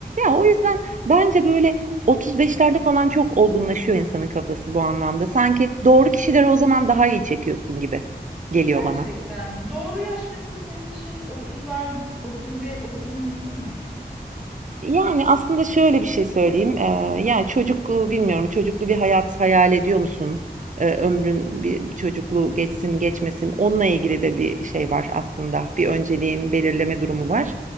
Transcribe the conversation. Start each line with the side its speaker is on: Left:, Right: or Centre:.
Right: Ya o yüzden bence böyle 35'lerde falan çok olgunlaşıyor insanın kafası bu anlamda. Sanki doğru kişileri o zaman daha iyi çekiyorsun gibi geliyor
Centre: Gerçekten.
Right: bana.
Centre: Doğru yaş mesela senin için otuzlar 30 ve otuzun üstü mü?
Right: Yani, aslında şöyle bir şey söyleyeyim, eee, yani, çocuk, uuu, bilmiyorum çocuklu bir hayat hayal ediyor musun? Eee, ömrün bir çocukluğu geçsin, geçmesin, onunla ilgili de bir şey var aslında. Bir önceliğin belirleme durumu var.